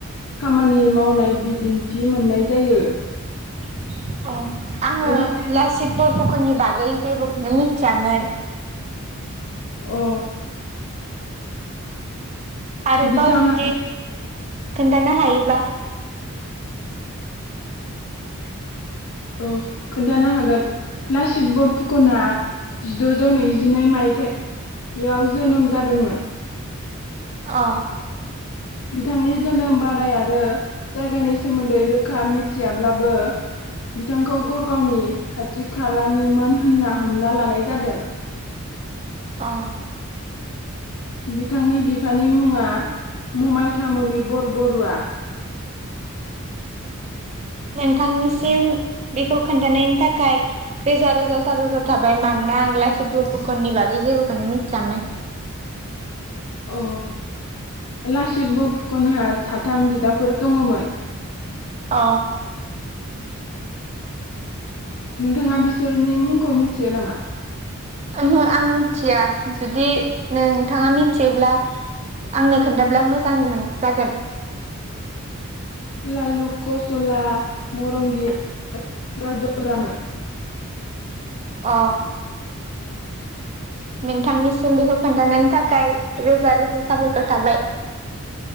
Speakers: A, on the left; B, on the right.
A: खामानि मावनाय बिदिन्थि मोननाय जायो।
B: <inaudible> अ आङो
A: नोंथाङा
B: लासित बरफ'फुकननि बागै जेबोखौनो मिथियामोन
A: अ
B: आरोबाव
A: बिथाङा
B: जुदि खोन्थानो हायोबा
A: औ खोन्थानो हागोन लासित बरफुकना जिद'जौ नैजिनै मायथायाइयाव जोनोम जादोंमोन।
B: अ
A: बिथांनि जोनोम बाराय आरो जायगानि सोमोन्दै रोखा मिथियाब्लाबो बिथांखौ गरगावनि खाथि खालानिमोन होनना हमना लानाय जादों
B: अ।
A: बिथांनि बिफानि मुङा ममायथामुलि बरबरुवआ।
B: नोंथांनिसिम बेखौ खोन्थानायनि थाखाय रोजा रोजा साबायखर थाबाय मानोना आं लासै बरफुखननि बागै जेबोखौनो मिथियामोन।
A: अ लासित बरफुकनहा साथाम बिदाफोर दङमोन।
B: अ।
A: नोंथाङा बिसोरनि मुंखौ मिथियो नामा?
B: ओहो आं मिथिया जुदि नोंथाङा मिथियोब्ला आंनो खोनथाब्ला मोजां मोन जागोन
A: लालु कसला मरंगिया बारदरामोन
B: अ नोंथांनि सोलुखौ खोन्थानायनि थाखाय रोजा रोजा साबायखर थाबाय